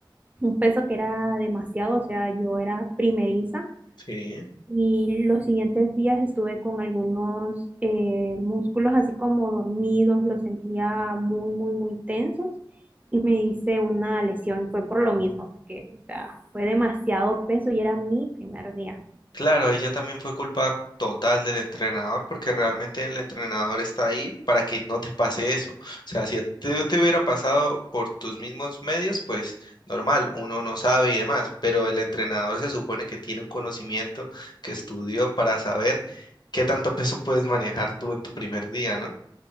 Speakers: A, on the right; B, on the left.
A: un peso que era demasiado, o sea, yo era primeriza.
B: sí.
A: Y los siguientes días estuve con algunos eh, músculos así como dormidos, los sentía muy, muy, muy tensos y me hice una lesión y fue por lo mismo, porque o sea, fue demasiado peso y era mi primer día.
B: Claro, ella también fue culpa total del entrenador, porque realmente el entrenador está ahí para que no te pase eso. O sea, si a ti te hubiera pasado por tus mismos medios, pues normal, uno no sabe y demás, pero el entrenador se supone que tiene un conocimiento que estudió para saber qué tanto <laughs> peso puedes manejar tú en tu primer día, ¿no?